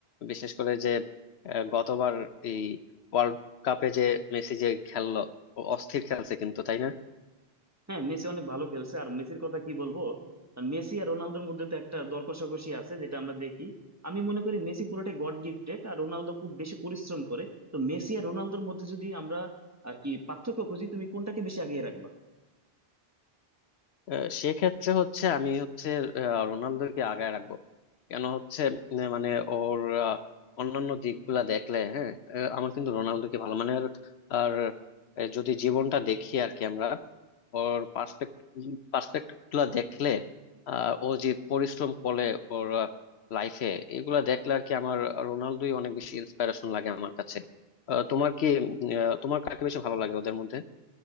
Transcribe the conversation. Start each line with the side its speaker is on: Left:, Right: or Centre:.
Left: বিশেষ করে যে আহ, গতবার এই ওয়ার্ল্ড কাপে যে মেসি যে খেললো ও অস্থির খেলছে কিন্তু তাই না
Right: হ্যাঁ মেসি অনেক ভালো খেলছে আর মেসির কথা কি বলবো আর মেসি আর রোনালদোর মধ্যে তো একটা দর কষাকষি আছে যেটা আমরা দেখি আমি মনে করি মেসি পুরোটাই গড গিফটেড আর রোনালদো খুব বেশি পরিশ্রম করে তো মেসি আর রোনালদোর মধ্যে যদি আমরা আর কি পার্থক্য খুঁজি তুমি কোনটাকে বেশি আগিয়ে রাখবা
Left: আহ, সেক্ষেত্রে হচ্ছে আমি হচ্ছে আহ, রোনালদোকে আগায় রাখবো কেন হচ্ছে আহ, মানে ওর আহ, অন্যান্য দিকগুলা দেখলে হ্যাঁ আহ, আমার কিন্তু রোনালদোকে ভালো মানে আর আর, আহ, যদি জীবনটা দেখি আর কি আমরা ওর পার্সপেক্ট পার্সপেক্টিভ গুলা দেখলে আহ, ও যে পরিশ্রম করে ওর লাইফে এগুলা দেখলে আর কি আমার রোনালদোই অনেক বেশি ইন্সপিরেশন লাগে আমার কাছে আহ, তোমার কি উম, আহ, তোমার কাকে বেশি ভালো লাগে ওদের মধ্যে